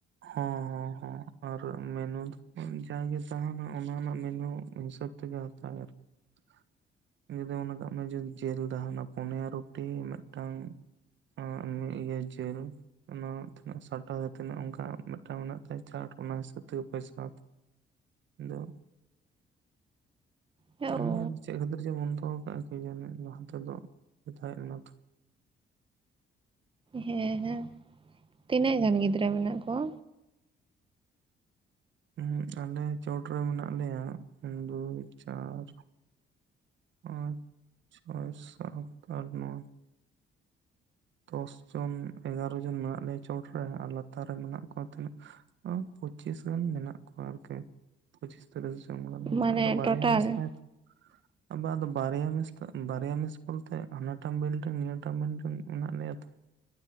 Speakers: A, on the right; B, on the right.
A: ᱦᱮᱸ ᱦᱮᱸ ᱦᱮᱸ ᱟᱨ ᱢᱮᱱᱩ ᱫᱚ ᱡᱟᱜᱮ ᱛᱟᱦᱮᱱᱟ ᱚᱱᱟ ᱨᱮᱱᱟᱜ ᱢᱮᱱᱩ ᱦᱤᱥᱟᱹᱵ ᱛᱮ ᱜᱮ ᱦᱟᱛᱟᱣ ᱟᱨ ᱠᱤ <inaudible> ᱡᱩᱫᱤ ᱢᱚᱱᱮ ᱠᱟᱜ ᱢᱮ ᱡᱮ ᱡᱮᱞ ᱛᱟᱦᱮᱱᱟ ᱯᱚᱱᱭᱟ ᱨᱩᱴᱤ ᱢᱤᱫᱴᱟᱝ ᱚ ᱢᱟ ᱤᱭᱟᱹ ᱡᱮᱞ ᱚᱱᱟ ᱛᱤᱱᱟᱹᱜ ᱥᱟᱴ ᱟᱫᱚ ᱛᱤᱱᱟᱹᱜ ᱚᱱᱠᱟ ᱢᱤᱫᱴᱟᱝ ᱢᱮᱱᱟᱜ ᱛᱟᱭᱟ ᱪᱟᱴ ᱚᱱᱟ ᱦᱤᱥᱟᱹᱵᱽ ᱛᱮᱜᱮ ᱯᱚᱭᱥᱟ ᱫᱚ
B: ᱜᱮ
A: ᱚᱱᱟᱜᱮ
B: ᱚ
A: ᱪᱮᱫ ᱠᱷᱟᱹᱛᱤᱨ ᱪᱚ ᱵᱚᱱᱫᱚ ᱟᱠᱟᱜ-ᱟ ᱠᱤᱡᱟᱱᱤ ᱞᱟᱦᱟ ᱛᱮᱫᱚ ᱛᱟᱦᱮᱸ ᱞᱮᱱᱟ ᱛᱚ᱾
B: ᱦᱮᱸ ᱦᱮᱸ ᱛᱤᱱᱟᱹᱜ ᱜᱟᱱ ᱜᱤᱫᱽᱨᱟᱹ ᱢᱮᱱᱟᱜ ᱠᱚᱣᱟ?
A: <unintelligible> ᱟᱞᱮ ᱪᱚᱴ ᱨᱮ ᱢᱮᱱᱟᱜ ᱞᱮᱭᱟ ᱫᱩᱭ ᱪᱟᱨ <unintelligible> ᱪᱷᱚᱭ ᱥᱟᱛ ᱟᱴ ᱱᱚᱭ ᱫᱚᱥ ᱡᱚᱱ ᱮᱜᱟᱨᱚ ᱡᱚᱱ ᱢᱮᱱᱟᱜ ᱞᱮᱭᱟ ᱪᱚᱴ ᱨᱮ ᱟᱨ ᱞᱟᱛᱟᱨ ᱨᱮ ᱢᱮᱱᱟᱜ ᱠᱚᱣᱟ ᱛᱤᱱᱟᱹᱜ <unintelligible> <unintelligible> ᱯᱚᱪᱤᱥ ᱜᱟᱱ ᱢᱮᱱᱟᱜ ᱠᱚᱣᱟ ᱟᱨᱠᱤ, ᱯᱚᱪᱤᱥ ᱛᱮᱨᱤᱥ ᱡᱚᱱ ᱜᱟᱱ
B: ᱢᱟᱱᱮ
A: ᱚᱱᱠᱟ ᱟᱫᱚ ᱵᱟᱨᱭᱟ
B: ᱴᱳᱴᱟᱞ
A: <unintelligible> <unintelligible> ᱵᱟᱨᱭᱟ ᱢᱮᱥ ᱵᱟᱨᱭᱟ ᱢᱮᱥ ᱵᱚᱞᱛᱮ ᱦᱟᱱᱟᱴᱟᱼᱜ ᱵᱤᱞᱰᱤᱝ ᱱᱤᱭᱟᱴᱟᱜ ᱵᱤᱞᱰᱤᱝ <unintelligible>